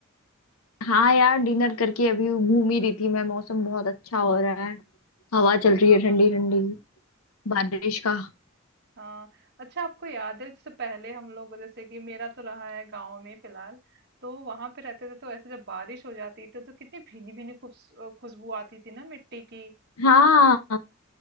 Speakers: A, on the left (about 85°); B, on the right (about 50°).
A: हाँ यार डिनर करके अभी घूम ही रही थी मैं मौसम बहुत अच्छा हो रहा है हवा
B: हाँ
A: चल रही है ठंडी ठंडी बारिश का
B: हाँ अच्छा आपको याद है जैसे पहले हम लोग जैसे कि मेरा तो रहा है गांव में फिलहाल तो वहां पे रहते थे तो ऐसे जब बारिश हो जाती थी तो कितनी भीनी भीनी खुश- खुशबू आती थी ना मिट्टी की
A: हाँ